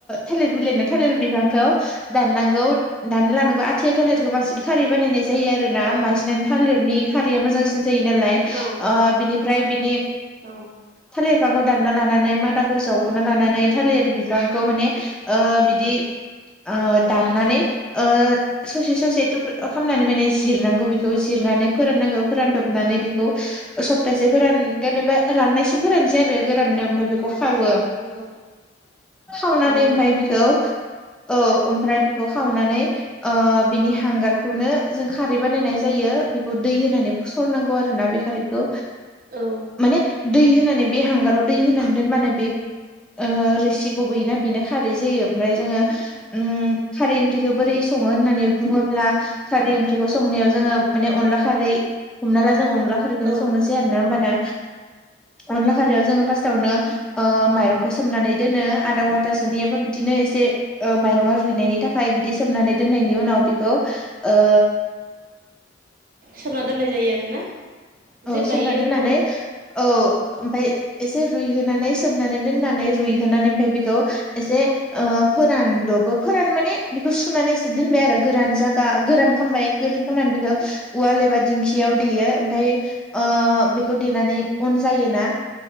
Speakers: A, in the centre; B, on the right.
A: थालिर बिलाइनो थालिर बिफांखौ दाननांगौ दानना लानांगौ आथिआ थालेरखौ बांसिन खारै बानायनाय जायो आरो ना
B: औ
A: बांसिनानो थालिरनि खारैया मोजांसिन जायो नालाय।
B: औ
A: ओ बिनिफ्राय बिनि
B: औ
A: थालिर बिफांखौ दानना लानानै मादाखौ जावग'ना लानानै थालिर बिफांखौ माने ओ बिदि ओ दाननानै ओ ससे ससे थुख्र खालामनानै माने जिरनांगौ बेखौ जिरनानै फोराननांगौ फोरानदबनानै बेखौ सप्तासे फोरान जेनेबा राननायसिम फोरानसै आरो गोराननो ओमफ्राय बेखौ
B: औ
A: खावो
B: नंगौ
A: सावनानै
B: नंगौ
A: ओमफ्राय बेखौ औ ओमफ्राय बेखौ खावनानै बिनि हांगारखौनो जों खारै बानायनाय जायो। बेखौ दै होनानै सरनांगौ आरोना बे खारैखौ
B: औ
A: माने दै होन माने बे हांगाराव दै होनानै दोनबानोे बे ओ रोसि गबैयोना बेनो खारै जायो ओमफ्राय जोङो उम खारै ओंख्रिखौ बोरै सङो होननानै बुङोब्ला खारै ओंख्रिखौ संनायाव जोङो माने अनला खारै हमना ला जों अनला खारैखौनो
B: औ
A: संनोसै आरो ना होमबाना अनला खारैयाव जोङो फार्स्टावनो ओ माइरंखौ सोमनानै दोनो आधा घन्टासोनि एबा बिदिनो एसे ओ माइरंआ रुइनायनि थाखाय बिदि सोमनानै दोननायनि उनाव बेखौ ओ
B: सोमना दोननाय जायो आरोना। जेब्ला
A: औ सोमना
B: इयो
A: दोननानै
B: रु
A: औ
B: ओं
A: ओमफाय एसे रुइहोनानै सोमनानै दोननानै रुइहोनानै ओमफाय बेखौ एसे ओ फोरान दबो फोरान माने बेखौ सुनानै एसे दोनबाय आरो गोरान जागा गोरान खामबाय गोरान बेखौ उवाल एबा दिंखियाव दैेयो ओमफ्राय ओ बेखौ देनानै अन जायोना